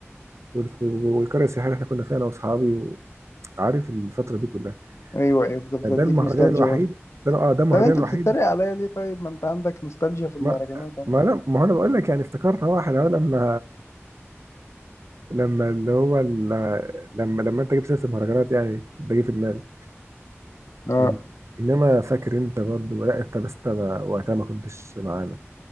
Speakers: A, on the right; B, on the left.
A: وال... والقريه السياحيه اللي احنا كنا فيها انا واصحابي وعارف الفتره دي كلها
B: ايوه ايوه بت-
A: ده
B: بتديك
A: المهرجان
B: نوستالجيا
A: الوحيد
B: برضه
A: ده اه ده المهرجان
B: طب انت
A: الوحيد
B: بتتريق عليا ليه طيب ما انت عندك نوستالجيا في المهرجانات
A: ما
B: اهو
A: ما انا ما هو انا بقول لك يعني افتكرت هو احنا لما لما اللي هو ال... لما لما انت جبت سيره المهرجانات يعني ده جه في دماغي
B: اه
A: إن- انما فاكر انت برضو لا انت بس انا وقتها ما كنتش معانا